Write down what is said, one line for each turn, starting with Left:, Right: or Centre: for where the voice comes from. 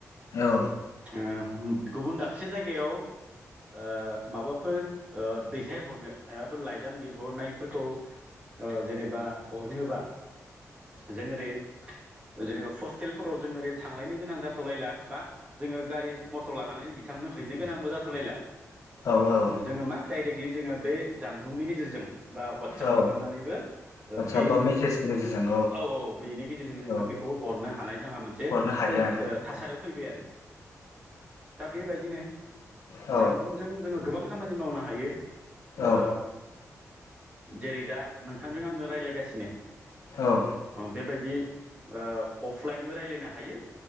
Left: औ
Right: आ गुबुन दाबसे जायगायाव ओ माबा फोर ओ दैथायहरनो ओब फोर लाइजाम लिहरनायफोरखौ जेनेबा हरनोबा जों ओरै जेनेबा फस्टेलफोराव जों ओरै थांलायनो गोनां जाथ'लायला बा जोङो गारि मटर लानानै बिथांनो हैनो गोनां बो जाथ'लायला।
Left: औ औ
Right: जोङो मा डाइरेक्टलि जोङो बे जानबुंनि गेजेरजों। बा हवाटसाप
Left: औ
Right: खालामनानैबो
Left: वाटसाप
Right: बे
Left: बा मेसेजनि गेजेरजों
Right: औ औ बेनि गेजेरजों जोङो
Left: औ
Right: बेखौ हरनो हानाय जोंहा मोनसे
Left: हरनो हायो
Right: फरिस
Left: आरो
Right: थासारियाव फैबाय आरो दा बेबायदिनो
Left: औ
Right: जानबुंजों जोङो गोबां खामानि मावनो हायो। ओ
Left: औ
Right: जेरै दा नोंथांजों आंनो रायलायगासिनो।
Left: औ
Right: अ बेबायदि ओ अफलाइनबो रायलायनो हायो।